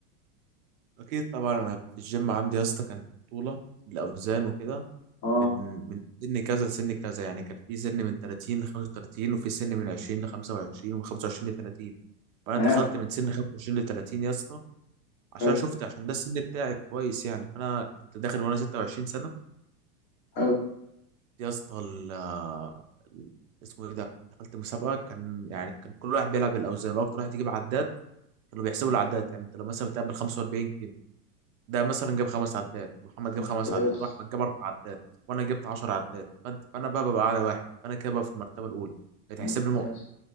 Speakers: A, on the right; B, on the left.
A: اكيد طبعا انا في الجيم عندي يا اسطى كان بطوله الاوزان وكده
B: اه
A: من من سن كذا لسن كذا يعني كان في سن من 30 ل 35 وفي سن من 20 ل 25 ومن 25 ل 30 فانا
B: تمام
A: دخلت من سن 25 ل 30 يا اسطى عشان
B: حلو
A: شفت عشان ده السن بتاعي كويس يعني فانا كنت داخل وانا 26 سنه
B: حلو
A: يا اسطى ال- ال- اسمه ايه ده دخلت مسابقه كان يعني كان كل واحد بيلعب بالاوزان واكتر واحد يجيب عداد كانوا بيحسبوا العداد يعني انت لو مثلا بتقابل 45 ده مثلا جاب خمس عدات محمد جاب
B: ممتاز
A: خمس عدات واحمد جاب اربع عدات وانا جبت 10 عدات فأنت- فانا بقى ببقى اعلى واحد فانا كده بقى في المرتبه الاولى بتحسب
B: ممتاز
A: لي نقطه